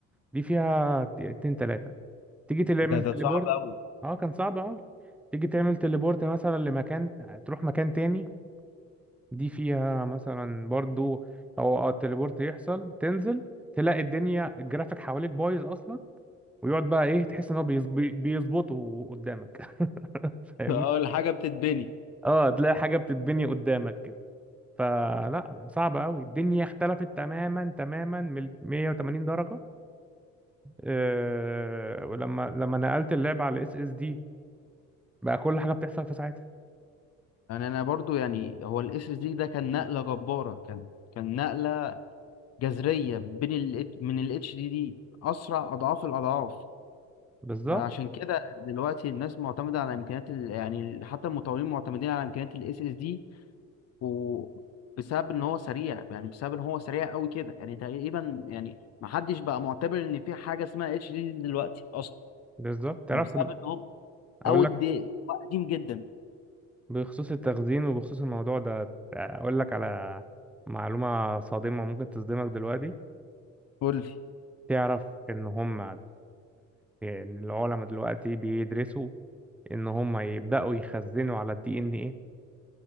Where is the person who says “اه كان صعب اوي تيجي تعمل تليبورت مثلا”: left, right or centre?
Centre